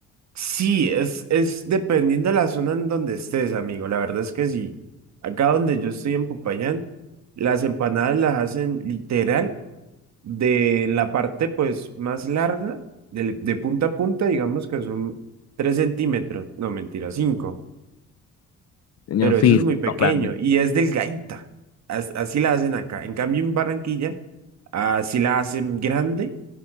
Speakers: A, on the right (about 65°); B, on the left (about 55°).
A: Sí, es, es dependiendo de la zona en donde estés, amigo. La verdad es que sí. Acá donde yo estoy en Popayán, las empanadas las hacen literal de la parte pues más larga, del- de, punta a punta, digamos que son 3 centímetros. No, mentira, cinco,
B: Yo,
A: Pero
B: sí,
A: eso es
B: sí,
A: muy pequeño
B: no, grande.
A: y es delgadita. as- así la hacen acá. En cambio, en Barranquilla, así la hacen grande